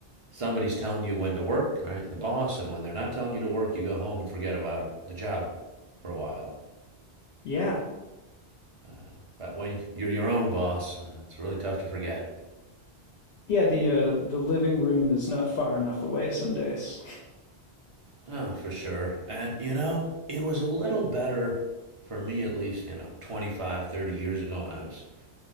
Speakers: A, on the right; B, on the left.
A: somebody's telling you when to work, right? The boss, and when they're not telling you to work, you go home and forget about the job for a while.
B: Yeah.
A: Uh, but when you're your own boss, uh, it's really tough to forget.
B: Yeah, the uh, the living room is not far enough away some days.
A: Oh, for sure. And, you know, it was a little better for me, at least, you know, 25, 30 years ago when I was